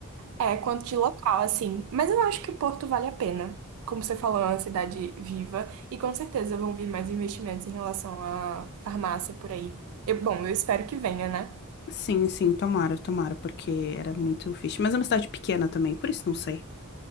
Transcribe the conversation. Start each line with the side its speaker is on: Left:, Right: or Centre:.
Right: é, quanto de local, assim. Mas eu acho que Porto vale a pena. Como você falou, é uma cidade viva e com certeza vão vir mais investimentos em relação à farmácia por aí. Eu- bom, eu espero que venha, né?
Left: Sim, sim, tomara, tomara, porque era muito fixe. Mas é uma cidade pequena também, por isso não sei.